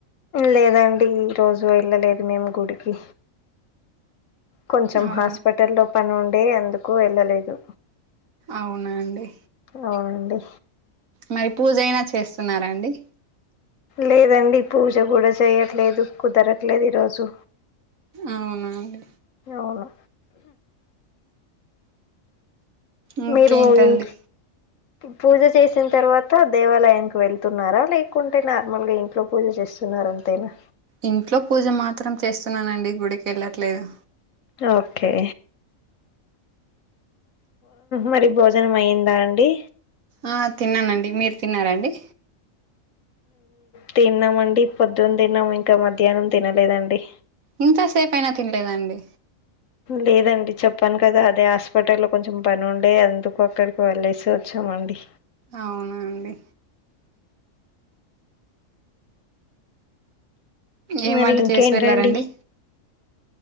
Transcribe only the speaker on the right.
అవును
అవునా అండి..
మరి పూజ అయినా చేస్తున్నారాండి...
అవునా అండి...
ఇంకేంటండి
ఇంట్లో పూజ మాత్రం చేస్తున్నానండి గుడికి వెళ్ళట్లేదు...
ఆ తిన్నానండి మీరు తిన్నారా అండి...
ఇంత సేపుయినా తినలేదండి...
అవునా.. అండి ఏం
వంట
చేసి వెళ్ళారండి